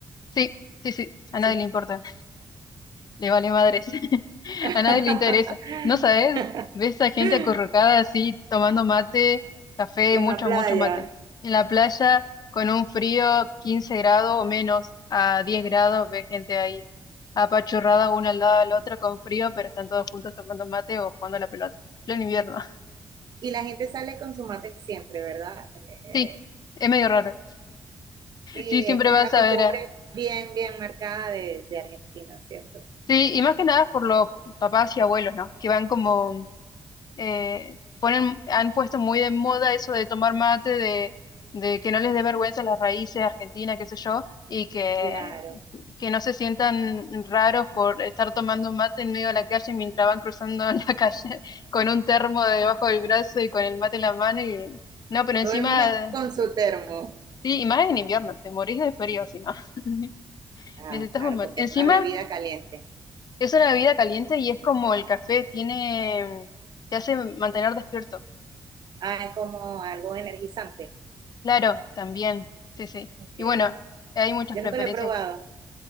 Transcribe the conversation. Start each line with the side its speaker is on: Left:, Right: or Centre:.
Left: Sí, sí, sí, a
Right: sí.
Left: nadie le importa. le vale madres. <laughs>
Right: <laughs>
Left: A nadie le interesa. No sabes, ves a gente acurrucada así, tomando mate, café,
Right: En
Left: mucho,
Right: la playa.
Left: mucho mate. En la playa, con un frío 15 grados o menos, a 10 grados, ves gente ahí, apachurrada una al lado de la otra con frío, pero están todos juntos tomando mate o jugando a la pelota. Pleno invierno. <laughs>
Right: Y la gente sale con su mate siempre, ¿verdad? Eh,
Left: Sí, es medio raro.
Right: sí,
Left: Sí, siempre
Right: es como
Left: vas
Right: una costumbre
Left: a ver. a-
Right: bien, bien marcada de, de Argentina, ¿cierto?
Left: Sí, y más que nada por los papás y abuelos, ¿no? Que van como eh, ponen, han puesto muy de moda eso de tomar mate, de, de que no les dé vergüenza las raíces argentinas, qué sé yo, y que,
Right: Claro.
Left: que no se sientan raros por estar tomando mate en medio de la calle mientras van cruzando <laughs> la calle con un termo debajo del brazo y con el mate en la mano. Y, no, pero encima,
Right: Todo el mundo con su termo.
Left: sí, y más en invierno, te morís de frío si no, <laughs>
Right: Ah,
Left: necesitas
Right: claro,
Left: un mate.
Right: porque
Left: Encima
Right: es una bebida caliente.
Left: es una bebida caliente y es como el café, tiene, te hace mantener despierto.
Right: Ah, es como algo energizante.
Left: Claro, también, sí, sí.
Right: Okay.
Left: Y bueno, hay muchas
Right: Yo
Left: preferencias.
Right: nunca lo he probado.